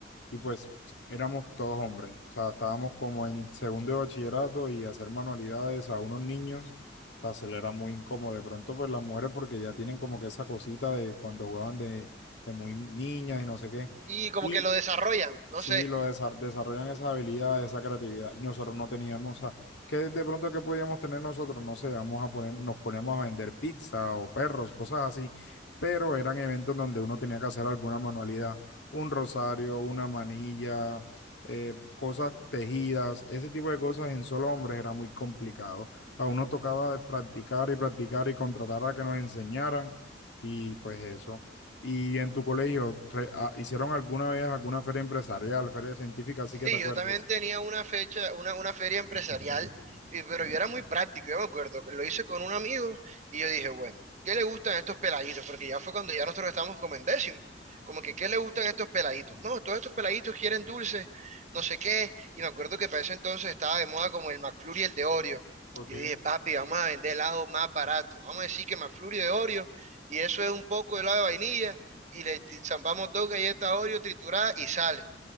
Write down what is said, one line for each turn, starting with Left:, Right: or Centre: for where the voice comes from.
Left: y pues éramos todos hombres, o sea, estábamos como en segundo de bachillerato y hacer manualidades a unos niños, o sea, se le era muy incómodo. De pronto, pues las mujeres, porque ya tienen como que esa cosita de cuando jugaban de, de muy niñas y no sé qué.
Right: Y como
Left: Y
Right: que lo desarrollan, no
Left: Sí,
Right: sé.
Left: lo desa- desarrollan esa habilidad, esa creatividad. Y nosotros no teníamos, o sea, ¿qué de pronto qué podíamos tener nosotros? No sé, vamos a poner, nos ponemos a vender pizza o perros, cosas así, pero eran eventos donde uno tenía que hacer alguna manualidad, un rosario, una manilla, eh, cosas tejidas, ese tipo de cosas en solo hombres era muy complicado. A uno tocaba de practicar y practicar y contratar a que nos enseñaran y pues eso. Y en tu colegio, re- ah, ¿hicieron alguna vez alguna feria empresarial, feria científica, así
Right: Sí,
Left: que te acuerdes?
Right: yo también tenía una fecha, una, una feria empresarial, y- pero yo era muy práctico, yo me acuerdo, que lo hice con un amigo y yo dije, bueno, ¿qué le gustan estos peladitos? Porque ya fue cuando ya nosotros estábamos como en décimo, como que ¿qué le gustan estos peladitos? No, todos estos peladitos quieren dulces, no sé qué, y me acuerdo que para ese entonces estaba de moda como el McFlurry y el de Oreo.
Left: Ok,
Right: Y yo dije, papi, vamos a vender helado más barato, vamos a decir que McFlurry de Oreo, y eso es un poco de helado de vainilla, y le t- zampamos dos galletas Oreo trituradas y sale.